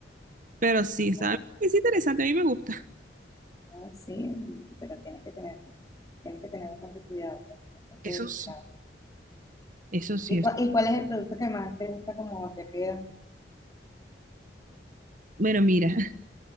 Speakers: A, on the right; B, on the left.
A: Pero sí, ¿sabes?
B: bueno,
A: Es interesante, a mí me gusta.
B: no, sí, pero tienes que tener, tienes que tener bastante cuidado, porque es bastante
A: Eso
B: delicado.
A: sí. Eso sí
B: ¿Y,
A: es.
B: cua- y cuál es el producto que más te gusta como te queda?
A: Bueno, mira,